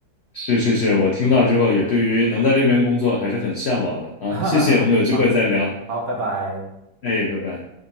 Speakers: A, on the left (about 70°); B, on the right (about 65°).
A: 是是是，我听到之后也对于能在这边工作还是很向往的啊。
B: 啊，<laughs> 哈哈哈，
A: 谢谢，我们有机会再聊。
B: 好好，拜拜。
A: 哎，拜拜。